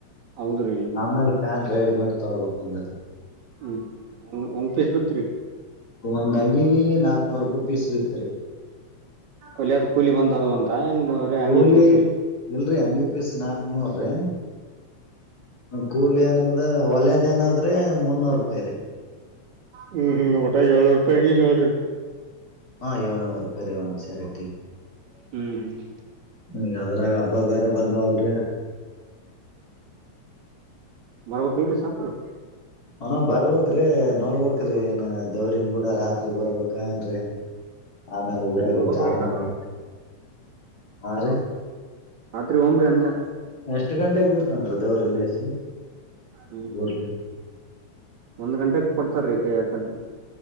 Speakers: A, on the right (about 75°); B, on the left (about 30°).
A: ಹೌದ್ರಿ
B: ಅಮೇಲೆ ಪ್ಯಾಂಟ್
A: ಎಷ್ಟ
B: ರೆಡಿ ಮೇಡ್ ತಕೋಬೇಕು. ಒಂದಲೇ
A: ಹ್ಮ್ ಒಂದ್ ಪೀಸ್ ಬಿತ್ರಿ
B: ನಮ್ ಅಂಗಿಗೆ ನಾಕ್ನೂರ್ ರೂಪಾಯಿ ಪೀಸ್ ಬಿತ್ರಿ.
A: ಒಲೆದ್ ಕೂಲಿ <unintelligible>
B: ಕೂಲಿ
A: ಪೀಸ್ ರೀ
B: ಎಲ್ರಿ ಹಂಗಿದ್ ಪೀಸ್ ನಾಕನೂರ್ ರೀ. ಕೂಲಿ ಏನಾದ್ ಒಲದ್ ಏನಾದ್ರೆ ಮುನ್ನೂರು ರೂಪಾಯಿ ರೀ.
A: ಹ್ಮ್ ಹ್ಮ್ ಊಟಾ ಏಲ್ನೋರ್ ರೂಪಾಯಿ ಹಂಗಿ ನೋಡ್ರಿ.
B: <inaudible>
A: ಹ್ಮ್ ಹ್ಮ್.
B: ಈಗ ಅದ್ರಾಗ ಹಬ್ಬ ಬೇರೆ ಬಂದಾವಲ್ರಿ
A: ಮರವಗಲ್ ರೀ <unintelligible>
B: ಹ ಬರ್ಬ್ರೀ ನೋಡ್ಬ್ರಿ ಏನ್ ದವರಿನ್ಗೂಡ ರಾತ್ರಿ ಬರ್ಬ ಏನ್ರರಿ. ಅಮೇಲೆ ಊರಾಗಿದ್ದ
A: ಹೋಗ್ರಿ
B: ಅಮೇಲೆ
A: ರಾತ್ರಿ
B: ಹಾ ರಿ
A: ಅದ್ರಿ ಒಂಬ್ರಿ ಅಂದೇ
B: ಎಷ್ಟು ಗಂಟೆಗೆ ಬಿಡ್ತನ್ ರೀ ದೇವ್ರ ಎಲ್ಲಸಿ
A: ಹ್ಮ್
B: ಊರ್
A: ಒಂದ್ ಗಂಟೆಕ್ ಕೊಡ್ತಾರೀ ಕೈಯಾಗ ಕಟ್ರಿ